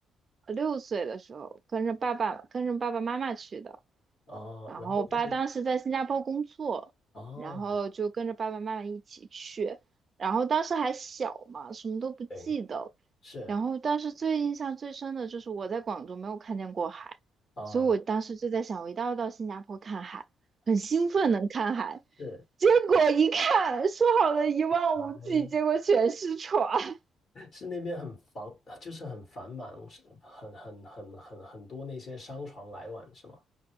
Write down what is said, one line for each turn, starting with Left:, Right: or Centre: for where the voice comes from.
Right: 六岁的时候跟着爸爸跟着爸爸妈妈去的。
Left: 哦，
Right: 然后我爸当时在新加坡工作，
Left: 然后在哦，
Right: 然后就跟着爸爸妈妈一起去，然后当时还小嘛，什么都不记得。
Left: 对，是
Right: 然后当时最印象最深的就是我在广州没有看见过海，
Left: 哦，
Right: 所以我当时就在想，我一定要到新加坡看海，很兴奋能看海。
Left: 是，
Right: 结果一看，说好的一望无际，
Left: 嗯
Right: 结果全是船。
Left: 是那边很繁，就是很繁忙，是很很很很很多那些商船来往，是吗？